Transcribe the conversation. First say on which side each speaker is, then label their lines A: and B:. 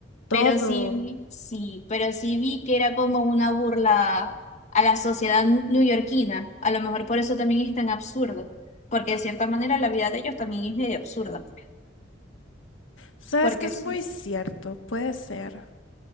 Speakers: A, on the left; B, on the left.
A: Todo.
B: Pero sí, vi- sí, pero sí vi que era como una burla a la sociedad nu- neoyorquina, a lo mejor por eso también es tan absurdo, porque de cierta manera la vida de ellos también es medio absurda, pues,
A: Sabes
B: porque
A: que es
B: sí,
A: muy cierto, puede ser.